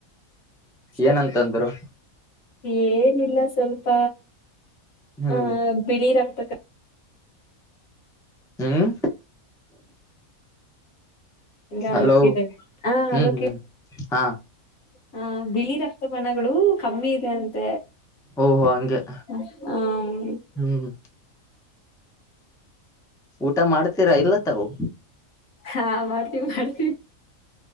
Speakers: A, on the left; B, in the centre.
A: ಅಷ್ಟೆ
B: ಏನಂತಂದರು
A: ಏನಿಲ್ಲ ಸ್ವಲ್ಪ
B: ಹ್ಮ್
A: ಆ ಬಿಳಿ ರಕ್ತ
B: ಹ್ಮ್
A: ಕಡ್ಮೆ
B: ಹಲೋ
A: ಆಗ್ತಿದೆ
B: ಹ್ಮ್
A: ಹಲೋ ಕೇಳ್
B: ಹ್ಮ್ ಹಾ
A: ಹ ಬಿಳಿ ರಕ್ತ ಬಣ್ಣ ಗಳು ಕಮ್ಮಿ ಇದೆ ಅಂತ
B: ಓಹೋ ಹಂಗೆ
A: ತ್ತ ಹ್ಮ
B: ಹ್ಮ್ ಊಟ ಮಾಡ್ತೀರಾ ಇಲ್ಲತ್ತವು
A: ಹಾ ಮಾಡ್ತಿವಿ ಮಾಡ್ತೀವಿ